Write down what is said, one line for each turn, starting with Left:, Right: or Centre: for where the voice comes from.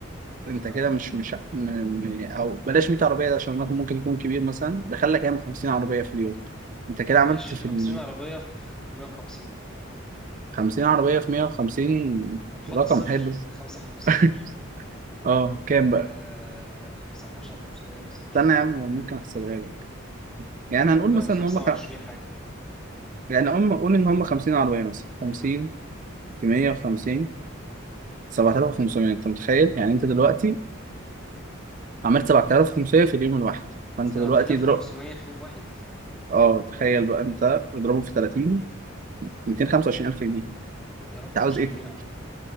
Right: انت
Centre: اه
Right: كده مش مش م... م- او بلاش 100 عربيه ده عشان رقم ممكن يكون كبير مثلا دخل لك يعني 50 عربيه في اليوم انت كده
Centre: ماشي
Right: عملت في
Centre: 50
Right: ال
Centre: عربيه في 150
Right: 50 عربيه في 150
Centre: هنحط
Right: رقم
Centre: الصفر
Right: حلو
Centre: خمسة في خمستاشر
Right: <laughs> اه كام
Centre: آه
Right: بقى
Centre: خمسة في عشرة في خمسمية خمسة وعشرين
Right: استنى يا عم ممكن احسبها لك يعني
Centre: هتبقى
Right: هنقول مثلا
Centre: خمسة
Right: ان هم
Centre: وعشرين
Right: خ...
Centre: حاجة
Right: يعني هم قول ان هم 50 عربيه مثلا 50 في 150 7500 انت متخيل يعني انت دلوقتي عملت 7500 في اليوم الواحد فانت
Centre: سبعة
Right: دلوقتي
Centre: آلاف
Right: اضرب
Centre: خمسمية في يوم واحد
Right: اه تخيل بقى انت اضربه في 30 225000 جنيه انت
Centre: ده رقم
Right: عاوز
Centre: مش
Right: ايه
Centre: كبير عامة